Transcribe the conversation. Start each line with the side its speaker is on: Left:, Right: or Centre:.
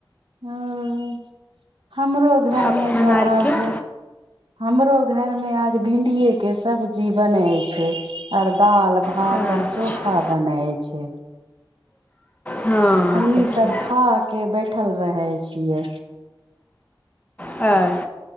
Right: हूं हमरो घरमे
Left: अपन
Right: तऽ
Left: आरके
Right: आज हमरो घर में आज भिण्डीये के सब्जी बनै छैय, आर दाल भात
Left: अच्छा
Right: तर चोखा बनाय छैय।
Left: हँ
Right: हमनी
Left: सखी
Right: सब खा के बैठल रहेय छियै।
Left: आए